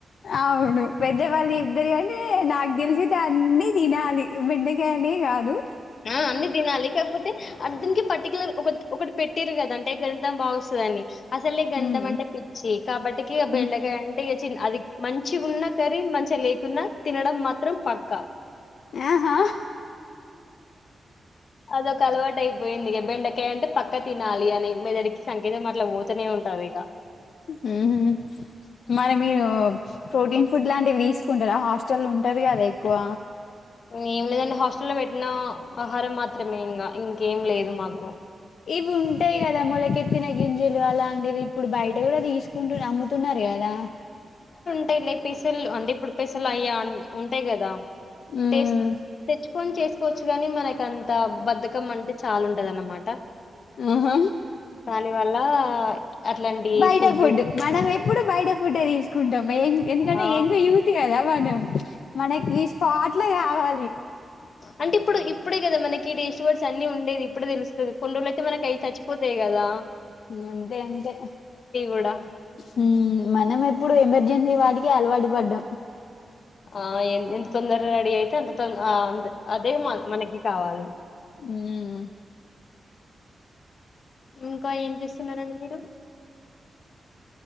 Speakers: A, on the left; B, on the left.
A: అవును పెద్దవాళ్ళు ఇబ్దరి గానీ నాగ్ ఢీలసైతే ఆ అన్ని దినాలి బెండకాయనే గాదు.
B: ఆ అన్ని తిన్నాలి కాకపోతే అర్ధనికి పర్టిక్యలర్ ఒక ఒకటి పెట్టటిరు కదా అంటే గ్రంతం బాగోసాదని. అసలు ఈ గంధంమంటే
A: ఉమ్
B: పిచ్చి కాబట్టికి బెండకాయంట
A: ఉమ్
B: ఇగా చిన్ అది మంచిగ్ ఉన్నా కర్రీ మంచిగా లేకున్నా తినడం మాత్రం పక్క
A: ఆహా
B: అద ఒక్క అలవాటు అయిపోయింది ఇగా బెండకయ అంట పక్కా తినాలి అని మెదడికి సంకేతం అట్ల పోతనే ఉంటది ఇగ
A: ఉమ్ హు మరి మీరు ప్రోటీన్ ఫుడ్ లాంటివి తీసుకుంటారా హాస్టల్ ఉంటారు కదా ఎక్కువ
B: ఇంగా ఏం లేదండి హాస్టల్లో వెట్టిన ఆహారం మాత్రం. మయిన్ గా ఇంకేం లేదు మాకు
A: ఇవి ఉంటాయి కదా మొలకెత్తిన గింజలు అలాంటివి ఇప్పుడు బయట గూడా దిసుకుంటూర్ అమ్ముతున్నారు గదా
B: టే లే పెసళ్ళు అంటే ఇప్పుడు పెసళ్ళు అయ్యా ఉంటాయి గదా.
A: ఉమ్
B: పేస్ తెచ్చ్ ఫోన్ చేసుకోవచ్చు గానీ మనక్ అంత బద్ధకం అంటే చాలా ఉంటద అన్నమాట.
A: ఉహ్
B: దాని వల్ల అట్లాంటి
A: బయట ఫుడ్
B: తీసు
A: మనం ఎప్పుడు బయట ఫుడ్డే తీసుకుంటాం ఎంగ్ ఎందుకంటే
B: ఆ
A: ఎంగు యూత్ గదా మనం. మనకీ స్పాట్లో గావాలి.
B: అంటే ఇప్పుడు. ఇప్పుడే గదా మనకి టేస్ట్ బర్డ్స్ అన్నీ ఉండేది ఇప్పుడే తెలుస్తది. కొన్ని రోజులయితే మనకి అవి చచ్చిపోతాయి గదా.
A: ఊ అంతే అంతే
B: కూడా
A: హ్మూ మనం ఎప్పుడూ ఎమ్మర్ జెన్సీ వాటికే అలవాటు పడ్డాం.
B: ఆ ఎం ఎంత తొందరగ రెడీ అయితే అంత తొంద ఆ అంతె. అదే మ మనకి కావాలి.
A: మ్మ్
B: ఇంకా ఏం చేస్తున్నారండి మీరు.